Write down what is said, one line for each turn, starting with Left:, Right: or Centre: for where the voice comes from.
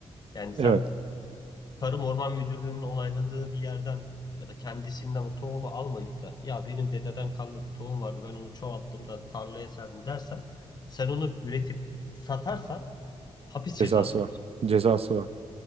Left: Yani sen
Right: Evet,
Left: Tarım Orman Müdürlüğü'nün onayladığı bir yerden ya da kendisinden o tohumu almayıp da ya benim dededen kalma bir tohum vardı ben onu çoğalttım da tarlaya serdim dersen sen onu üretip satarsan hapis
Right: cezası
Left: cezası
Right: var.
Left: var.
Right: Cezası var.